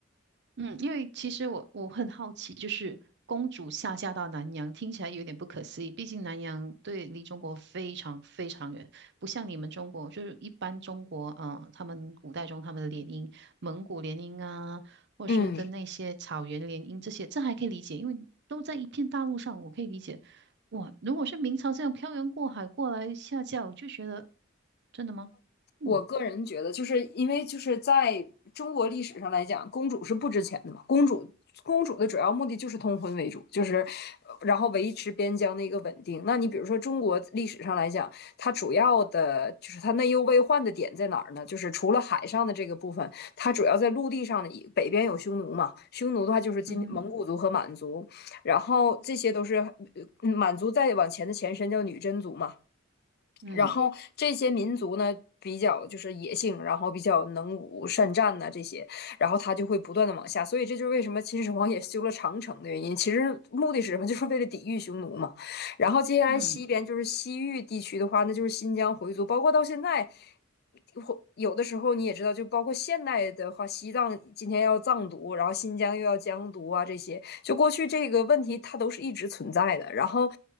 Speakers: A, on the right (about 60°); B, on the left (about 50°).
A: 嗯，因为其实我我很好奇，就是公主下嫁到南洋，听起来有点不可思议。毕竟南洋对离中国非常非常远，不像你们中国，就是一般中国，呃，他们古代中他们的联姻，蒙古联姻啊，或是跟那些草原联姻这些，
B: 嗯，
A: 这还可以理解，因为都在一片大陆上，我可以理解。哇，如果是明朝这样漂洋过海过来下嫁，我就觉得真的吗？嗯，
B: 我个人觉得，就是因为就是在中国历史上来讲，公主是不值钱的嘛。公主公主的主要目的就是通婚为主，就是然后维持边疆的一个稳定。那你比如说中国历史上来讲，它主要的就是它内忧外患的点在哪儿呢？就是除了海上的这个部分，它主要在陆地上的一北边有匈奴嘛，匈奴的话就是今蒙古族和满族，
A: 嗯哼，
B: 然后这些都是呃满族再往前的前身叫女真族嘛，
A: 嗯
B: 然后这些民族呢比较就是野性，然后比较能武善战呐、啊这些，然后他就会不断的往下，所以这就是为什么秦始皇也修了长城的原因。其实目的是什么？<laughs> 就是为了抵御匈奴嘛。然后接下来西边就是西域地区的话，
A: 嗯
B: 那就是新疆回族，包括到现在。或有的时候你也知道，就包括现代的话，西藏今天要藏独，然后新疆又要疆独啊，这些就过去这个问题，它都是一直存在的。然后